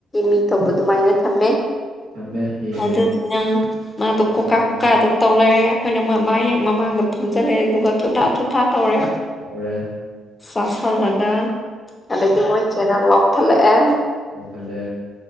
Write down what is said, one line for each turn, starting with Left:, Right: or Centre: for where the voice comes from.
Left: ꯃꯤ ꯇꯧꯕ ꯑꯗꯨꯃꯥꯏꯅ ꯊꯝꯃꯦ
Right: ꯊꯝꯃꯦ ꯌꯦꯡꯉꯦ
Left: ꯑꯗꯨꯗꯨꯅ ꯃꯥꯗꯣ
Right: ꯑꯗꯨꯗꯨꯒ
Left: ꯀꯣꯀꯥ ꯀꯣꯀꯥ ꯑꯗꯨꯝ ꯇꯧ ꯂꯩꯔꯦ ꯑꯩꯈꯣꯏꯅ ꯃꯣꯏ ꯃ ꯍꯦꯛ ꯃꯃꯥꯡꯗ ꯐꯨꯝꯝꯖꯤꯜꯂꯛꯑꯦ ꯑꯗꯨꯒ ꯊꯨꯊꯥ ꯊꯨꯊꯥ ꯇꯧꯔꯦ
Right: ꯇꯧꯔꯦ
Left: ꯆꯁꯗꯥ ꯑꯗꯨꯗꯒꯤ ꯃꯣꯏ ꯆꯦꯅ ꯂꯞ ꯊꯂꯛꯦ
Right: ꯑꯥꯎ ꯇꯂꯦ